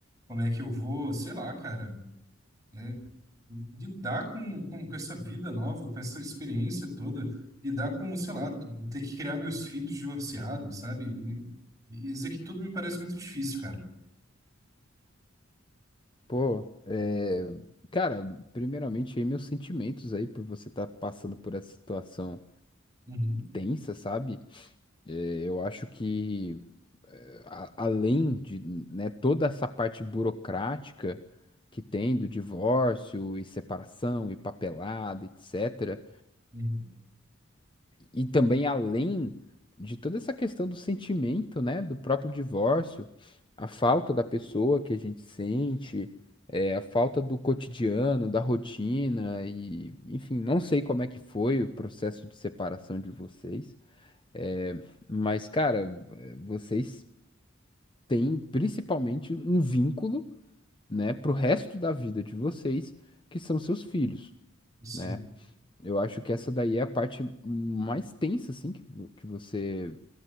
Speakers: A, on the right; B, on the left.
A: como é que eu vou, sei lá, cara, né, lidar com, com, com essa vida nova, com essa experiência toda, lidar com, sei lá, ter que criar meus filhos divorciados, sabe? E, e isso aqui tudo me parece muito difícil, cara.
B: Pô, é... cara, primeiramente aí meus sentimentos aí por você estar passando por essa situação
A: Uhum,
B: tensa, sabe? É, eu acho que é, a- além de, né, toda essa parte burocrática que tem do divórcio e separação e papelada, etc.
A: uhum.
B: E também além de toda essa questão do sentimento, né, do próprio divórcio, a falta da pessoa que a gente sente, é, a falta do cotidiano, da rotina e, enfim, não sei como é que foi o processo de separação de vocês, é, mas, cara, eh, vocês têm principalmente um vínculo, né, pro resto da vida de vocês, que são seus filhos.
A: Sim.
B: né? Eu acho que essa daí é a parte mais tensa, assim, que, vo- que você